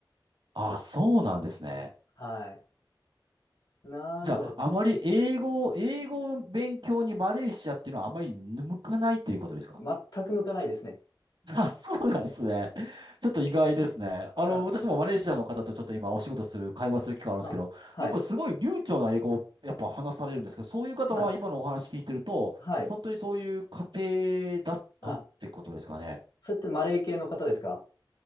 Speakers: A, on the right (about 65°); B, on the left (about 65°).
A: あ、そうなんですね。
B: はい。なの、
A: じゃあ、あまり英語を、
B: あ、
A: 英語を勉強にマレーシアっていうのはあまり向かないということですか
B: 全く向かないですね。
A: <laughs> あ、そうなんですね。ちょっと意外ですね。あの、
B: だ、
A: 私もマレーシアの方とちょっと今お仕事する、会話する機会あるんですけど、
B: あ、はい、
A: やっぱすごい流暢な英語をやっぱ話されるんですけど、そういう方は今のお話聞いてると、
B: はい、はい。
A: 本当にそういう家庭だったってことですかね。
B: あ、それってマレー系の方ですか